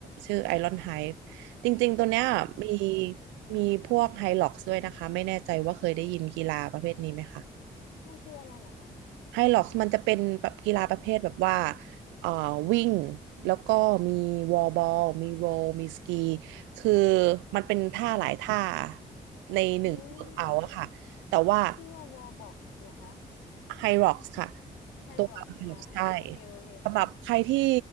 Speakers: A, on the right; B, on the left.
A: ชื่อไอรอนไฮฟ์จริงๆตัวเนี้ยมี
B: อ๋อ
A: มีพวกไฮล็อกซ์ด้วยนะคะไม่แน่ใจว่าเคยได้ยินกีฬาประเภทนี้ไหมคะ
B: มันคืออะไรเหรอคะ
A: ไฮล็อกซ์มันจะเป็นแบบกีฬาประเภทแบบว่าเอ่อวิ่ง แล้วก็มีวอลบอลมีโรลมีสกี คือมันเป็นท่าหลายท่าในหนึ่งเวิร์กเอาท์อะค่ะ
B: อืม
A: แต่ว่า
B: ชื่อว่า wall box เหรอคะ
A: Hyrox ค่ะ
B: Thai
A: ตัว
B: rocks
A: Hyrox
B: อ๋อโอเคโอเค
A: ใช่สำหรับใครที่